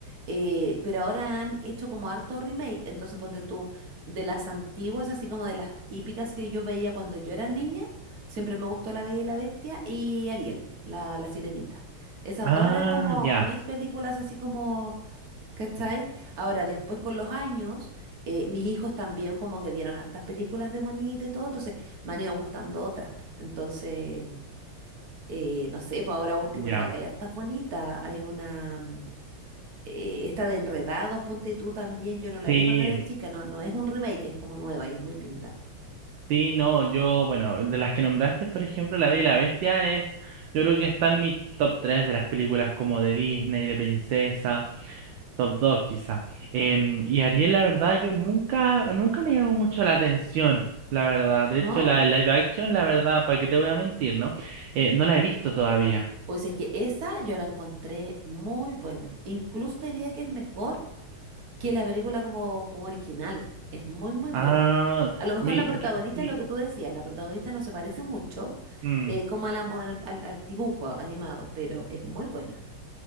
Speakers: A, on the right; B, on the right.
A: eh, pero ahora han hecho como harto remake, entonces ponte tú, de las antiguas, así como de las típicas que yo veía cuando yo era niña. Siempre me gustó La Bella y la Bestia y Ariel, la, la Sirenita. Esas
B: Ah,
A: dos eran como
B: ya,
A: mis películas, así como, ¿cachai? Ahora, después con los años, eh, mis hijos también como que vieron hartas películas de monito y todo, entonces me han ido gustando otras. po. Entonces, eh, no sé, pues ahora último
B: ya.
A: igual, hay hartas bonitas, hay una... mm, eh, esta de Enredados, ponte tú también, yo no la
B: Sí,
A: vi cuando era chica, no, no es un remake, es como nueva y es muy linda.
B: Sí, no, yo, bueno, de las que nombraste, por ejemplo, La Bella y la Bestia es, yo creo que está en mi top 3 de las películas como de Disney, de princesa, top 2 quizá. Em, y Ariel, la verdad, yo nunca, nunca me llamó mucho la atención, la verdad. De
A: ¿No?
B: hecho, la de live action, la verdad, ¿para qué te voy a mentir, no? Eh, no la he visto todavía.
A: O sea, es que esa yo la encontré muy buena. Incluso te diría que es mejor que la película como, como original. Es muy, muy buena.
B: Ah,
A: A lo mejor
B: mi,
A: la protagonista
B: que- sí.
A: es lo que tú decías, la protagonista no se parece mucho
B: mm.
A: eh, como a la mo- al, al- al dibujo animado, pero es muy buena.